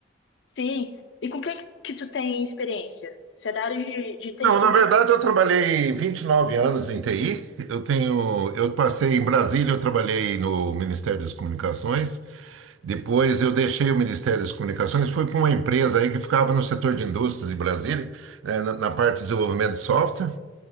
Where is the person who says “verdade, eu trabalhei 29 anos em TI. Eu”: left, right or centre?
Right